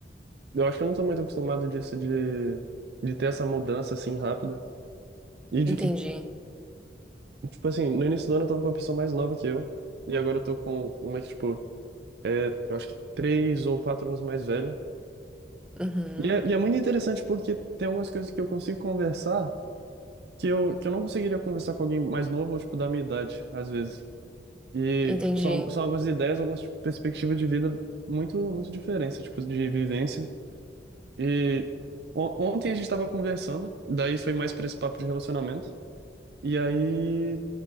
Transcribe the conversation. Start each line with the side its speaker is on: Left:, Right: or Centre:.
Right: Eu acho que eu não sou muito acostumado disso de, de ter essa mudança assim rápida. E de
Centre: Entendi.
Right: que, tipo assim, no início do ano eu tava com uma pessoa mais nova que eu. E agora eu tô com uma que, tipo, é, eu acho que três ou quatro anos mais velha.
Centre: Uhum.
Right: E é, e é muito interessante porque tem algumas coisas que eu consigo conversar que eu, que eu não conseguiria conversar com alguém mais novo ou, tipo, da minha idade, às vezes. E,
Centre: Entendi.
Right: tipo, são, são algumas ideias, algumas, tipo, perspectivas de vida muito, muito diferentes, tipo, de vivência. E on- ontem a gente tava conversando, daí foi mais pra esse papo de relacionamento. E aí,